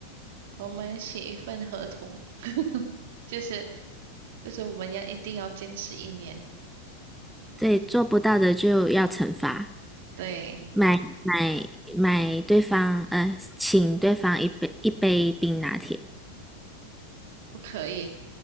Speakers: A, on the right; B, in the centre.
A: 我们写一份合同，<laughs> 就是就是我们要一定要坚持一年。
B: 对，做不到的就要惩罚，
A: 对，
B: 买买买对方，呃，请对方一杯一杯冰拿铁。
A: 不可以，